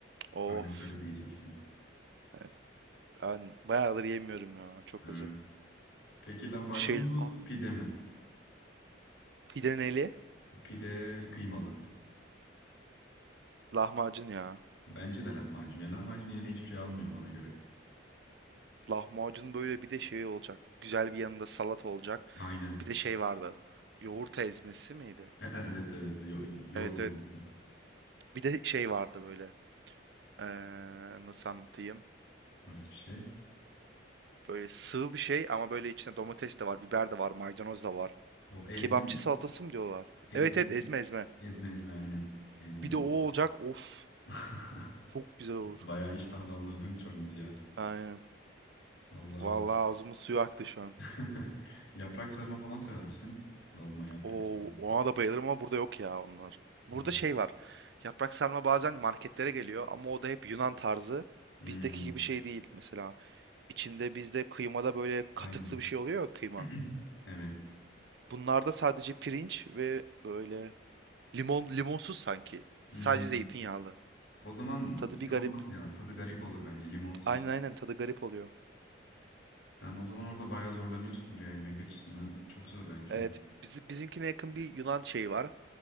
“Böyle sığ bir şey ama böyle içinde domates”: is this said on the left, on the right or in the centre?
Right